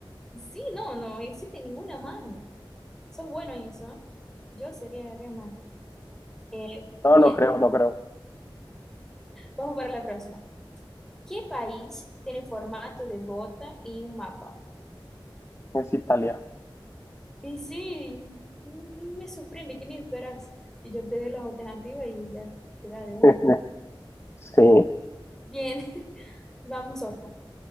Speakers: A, in the centre; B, on the left.
A: Sí, no, no existe ninguna man. Sos bueno en eso, ¿eh? Yo sería re man. Eh, bien,
B: No, no creo, no creo,
A: vamos para la próxima. ¿Qué país tiene formato de bota y un mapa?
B: es Italia.
A: Y sí, mm, me sorprende que ni esperas que yo te dé las alternativas y ya te da de una.
B: <laughs> Sí,
A: Bien, <laughs> vamos otra.